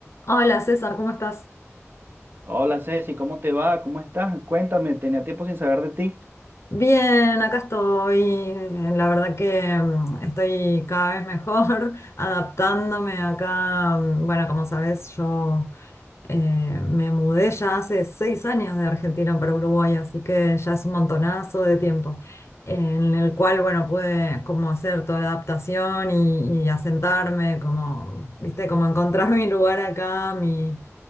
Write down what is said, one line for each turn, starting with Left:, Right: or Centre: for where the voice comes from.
Left: Hola César, ¿cómo estás?
Right: Hola Ceci, ¿cómo te va? ¿Cómo estás? Cuéntame, tenía tiempo sin saber de ti.
Left: Bien, acá estoy. eh, La verdad que mm, estoy cada vez mejor <laughs> adaptándome acá. mm, Bueno, como sabes, yo eh, me mudé ya hace seis años de Argentina para Uruguay, así que ya es un montonazo de tiempo, en el cual, bueno, pude como hacer toda la adaptación y, y asentarme, como, viste, como encontrar <laughs> mi lugar acá, mi